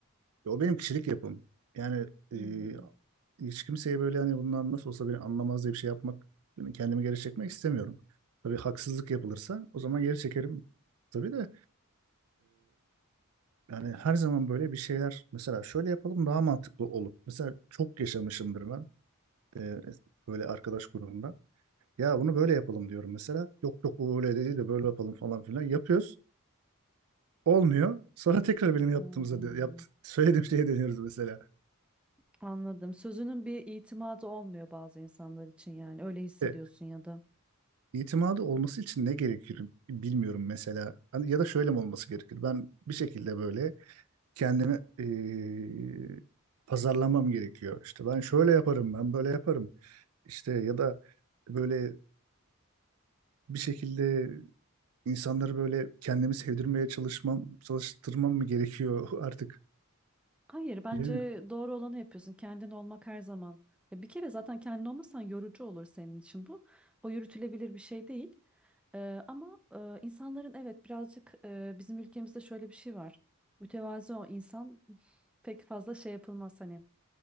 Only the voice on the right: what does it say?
o benim kişilik yapım. Yani e,
hiç kimseye böyle hani bundan nasıl olsa beni anlamaz diye bir şey yapmak, yani kendimi geri çekmek istemiyorum. Tabii haksızlık yapılırsa o zaman geri çekerim tabii de Yani her zaman böyle bir şeyler mesela şöyle yapalım daha mantıklı olup mesela çok yaşamışımdır ben e, böyle arkadaş grubunda. Ya bunu böyle yapalım diyorum mesela. Yok yok o öyle değil de böyle yapalım falan filan. Yapıyoruz. Olmuyor. Sonra tekrar benim yaptığımıza
dö- yaptı, söylediğim şeye dönüyoruz mesela.
E,
itimadı olması için ne gerekir bilmiyorum mesela. Hani ya da şöyle mi olması gerekir? Ben bir şekilde böyle kendimi eee, pazarlamam gerekiyor. İşte ben şöyle yaparım, ben böyle yaparım. İşte ya da böyle bir şekilde insanları böyle kendimi sevdirmeye çalışmam, çalıştırmam mı gerekiyor <laughs> artık
bilemiyorum.